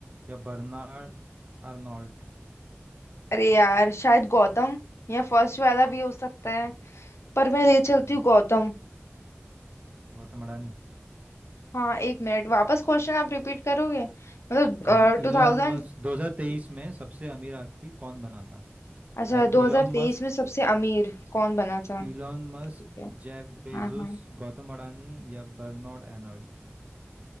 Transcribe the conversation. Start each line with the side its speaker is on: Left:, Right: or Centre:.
Right: या बर्नार्ड अर्नोल्ट
Left: अरे यार शायद गौतम या फर्स्ट वाला भी हो सकता है पर मैं ले चलती
Right: हम्म,
Left: हूँ गौतम
Right: गौतम अडानी
Left: हाँ एक मिनट वापस क्वेश्चन आप रिपीट करोगे मतलब
Right: हाँ
Left: टू
Right: इलॉन
Left: थाउजेंड
Right: मस्क 2023 में सबसे अमीर व्यक्ति कौन बना था
Left: अच्छा दो
Right: इलॉन
Left: हजार तेईस
Right: मस्क
Left: में सबसे अमीर कौन बना था
Right: इलॉन मस्क
Left: ठीक है
Right: जेफ बेजोस
Left: हाँ हाँ
Right: गौतम अडानी या बर्नार्ड अर्नोल्ट